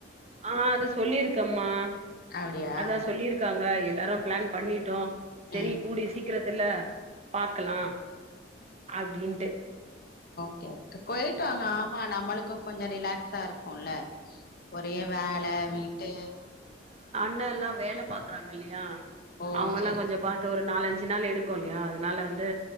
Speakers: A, on the right; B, on the left.
A: ஆ அது சொல்லிருக்கம்மா
B: அப்டியா
A: அதா சொல்லிரு இருக்காங்க எல்லாரும் பிளான் பண்ணிட்டோம் சரி
B: ம்
A: கூடிய சீக்கிரத்துல பாக்கலாம் அப்டின்ட்டு
B: யாருக்கு போய்ட்டாங்க ஆமா நம்மளுக்கு கொஞ்ச ரிலாக்ஸா இருக்குல்ல ஒ அப்டியே வேல வீட்டு
A: அண்ணே எல்லா வேல பாக்குறாங்க இல்லையா
B: ஓ
A: அவுங்கல்லா
B: சேரி
A: கொஞ்சம் பாத்து ஒரு நாலஞ்சு கொஞ்ச நாள் எடுக்கு இல்லையா அதனால வந்து